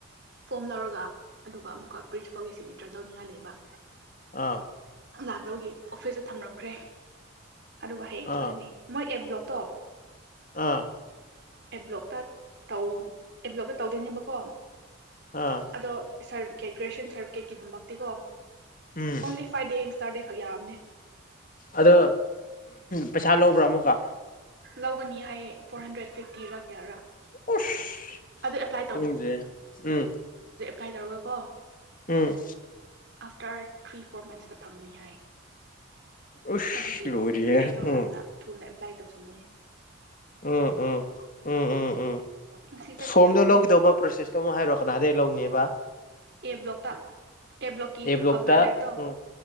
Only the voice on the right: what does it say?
ꯐꯣꯝ ꯂꯧꯔꯒ ꯑꯗꯨꯒ ꯑꯃꯨꯛꯀ ꯄ꯭ꯔꯤꯟꯁꯤꯄꯥꯜꯒꯤ ꯁꯤꯛꯅꯦꯆꯔ ꯂꯧꯅꯤꯡꯉꯥꯏ ꯂꯩꯕ
ꯂꯥꯛꯅꯕꯒꯤ ꯑꯣꯐꯤꯁꯇ ꯊꯝꯂꯝꯈ꯭ꯔꯦ ꯑꯗꯨꯒ ꯍꯌꯦꯡ ꯆꯠꯂꯅꯤ
ꯃꯣꯏ ꯑꯦ ꯕ꯭ꯂꯣꯛꯇꯣ
ꯑꯦ ꯕ꯭ꯂꯣꯛꯇ ꯇꯧ ꯑꯦ ꯕ꯭ꯂꯣꯛꯇ ꯗꯧ ꯅꯦꯕꯀꯣ
ꯑꯗꯣ ꯁꯔ ꯀꯦꯛ ꯒ꯭ꯔꯦꯁꯟ ꯁꯔꯇꯤꯐꯤꯀꯦꯠ ꯒꯤꯗꯃꯛꯇꯤꯀꯣ ꯑꯣꯟꯂꯤ
ꯐꯥꯏꯚ ꯗꯦꯁ ꯇꯔꯗꯦ ꯈꯛ ꯌꯥꯕꯅꯦ
ꯂꯧꯒꯅꯤ ꯍꯥꯏꯌꯦ ꯐꯣꯔ ꯍꯟꯗ꯭ꯔꯦꯠ ꯐꯤꯐꯇꯤꯔꯥ ꯀꯌꯥꯔꯥ
ꯑꯗꯨ ꯑꯦꯄ꯭ꯂꯥꯏ
ꯀꯥꯏ ꯇꯧꯔꯣ ꯀꯣ
ꯑꯥꯐꯇꯔ ꯊ꯭ꯔꯤ ꯐꯣꯔ ꯃꯟꯁꯇ ꯐꯪꯒꯅꯤ ꯍꯥꯏ
ꯑꯗꯨꯒꯤ
ꯑꯗꯨꯒꯤ ꯑꯩꯗꯣ
ꯍꯥꯟꯅ ꯊꯨꯅ ꯂꯥꯏ ꯇꯧꯁꯤ ꯎꯒꯅꯤ
ꯉꯁꯤ ꯆꯠꯀꯦ
ꯇꯧꯕꯅꯦ
ꯑꯦ ꯕ꯭ꯂꯣꯛꯇ ꯑꯦ ꯕ꯭ꯂꯣꯛꯀꯤ
ꯀꯥꯎꯟꯇꯔ ꯂꯩꯕꯗꯣ